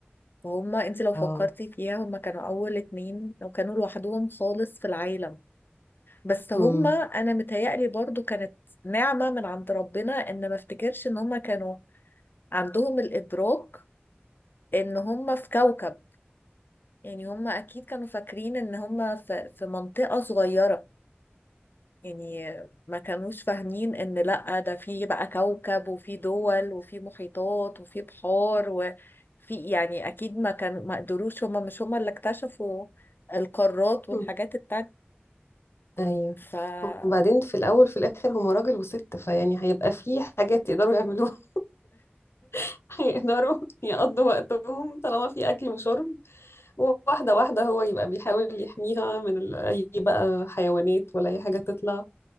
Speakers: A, on the left; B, on the left.
A: وهما انت لو فكرتي
B: اه
A: فيها هما كانوا اول اتنين وكانوا لوحدهم خالص في العالم بس هما
B: امم
A: انا متهيألي برضو كانت نعمة من عند ربنا ان ما افتكرش ان هما كانوا عندهم الادراك ان هما في كوكب يعني هما اكيد كانوا فاكرين ان هما في, في منطقة صغيرة يعني ما كانوش فاهمين ان لا ده في بقى كوكب وفي دول وفي محيطات وفي بحار وفي يعني اكيد ما كانوا ما قدروش هما مش هما اللي اكتشفوا القارات والحاجات
B: أمم.
A: التانية
B: ايوه
A: ف
B: وبعدين
A: <laughs>
B: في الاول في الاخر هما راجل وست فيعني هيبقى في حاجات يقدروا يعملوها <laughs> هيقدروا يقضوا وقتهم طالما في اكل وشرب واحدة واحدة هو يبقى بيحاول يحميها من ال- أي بقى حيوانات ولا أي حاجة تطلع